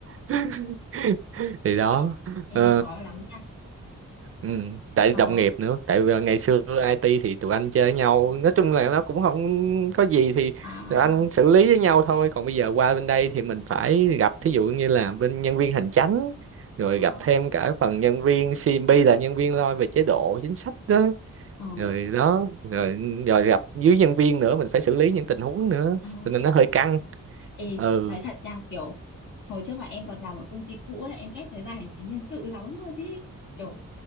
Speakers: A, on the right (about 45°); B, on the left (about 70°).
A: <laughs> thì đó
B: Ê,
A: Ờ,
B: ê, khó lắm nha.
A: Ừ, tại
B: Ờ,
A: đồng nghiệp nữa tại vì ngày xưa IT thì tụi anh chơi với nhau nói chung là nó cũng không có gì thì
B: à,
A: tụi anh xử lý với nhau thôi còn bây giờ qua bên đây thì mình phải gặp thí dụ như là bên nhân viên hành chánh rồi
B: ờ,
A: gặp thêm cả phần nhân viên CMB là nhân viên lo về chế độ chính sách đó
B: ờ,
A: rồi đó rồi rồi gặp dưới nhân viên nữa mình phải xử lý những tình huống nữa
B: à.
A: cho nên nó hơi căng
B: Ê,
A: ừ
B: nói thật nha, kiểu hồi trước mà em còn làm ở công ty cũ ấy, em ghét cái bài hành chính nhân sự lắm luôn ý. Kiểu,